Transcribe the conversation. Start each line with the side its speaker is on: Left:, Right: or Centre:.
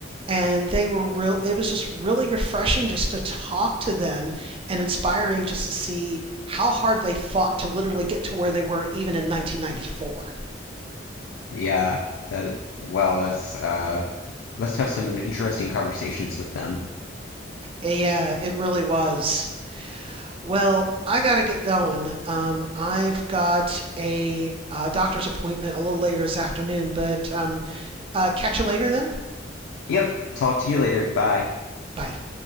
Right: and they were real it was just really refreshing just to talk to them and inspiring just to see how hard they fought to literally get to where they were even in 1994
Left: yeah, that wow, that's uh, must have some interesting conversations with them.
Right: yeah it really was well i gotta get going um, i've got a, uh doctor's appointment a little later this afternoon but um, uh, catch you later then
Left: Yep, talk to you later. Bye.
Right: bye